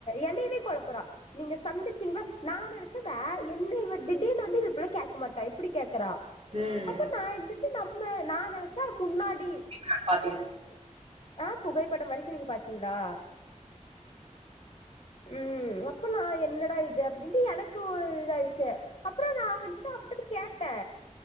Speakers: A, on the left; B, on the right.
A: என்னையவே கொழப்புறா நீங்க சந்திச்சீங்களா நா நெனைச்சே வே என்ன இவ திடிர்னு வந்து இவ இப் கேக்க மாட்டா எப்பிடி கே்குறா
B: ம்
A: அப்ப நா எந்துச்சு நம்ம நா நெனைச்சே அவ முன்னாடி
B: க பாத்தி
A: ஆ புகைப்படம் வரைக்கு நீங்க பாத்தீங்களா
B: <unintelligible>
A: ம் அப்ப நா என்னடா இது அப்டின்ட்டு எனக்கு ஒரு இது ஆயிடுச்சு அப்புற நா வந்ட்டு அவட்ட கேட்டே